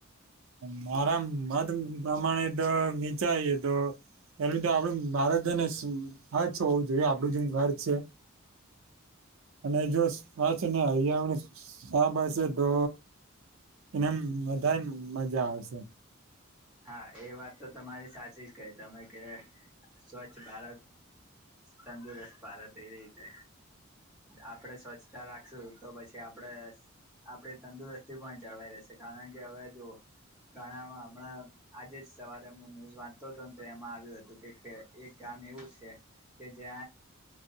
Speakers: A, on the right; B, in the centre.
A: મારા મત પ્રમાણે તો નીચાઈ તો એલુંધ આપડું મારે ને હ હોવું જોઈએ આપડું જેમ ઘર છે. અને જો આ છે ને અહીયા આાબ છે તો એનેમ વધારે મજા આવશે.
B: હા એ વાત તો તમારી સાચી જ કઈ તમે કે, સ્વચ્છ ભારત તંદુરસ્ત ભારત એવી રીતે. આપણે સ્વચ્છતા રાખશું તો પછી આપડે આપણે તંદુરસ્તી પણ જળવાઈ રહેેશે કારણ કે હવે જો, ઘણામાં હમણાં આજે જ સવારે હું ન્યૂઝ વાંચતો હતો ને તો એમાં આવ્યું હતું કે એક ગામ એવું છે. કે જે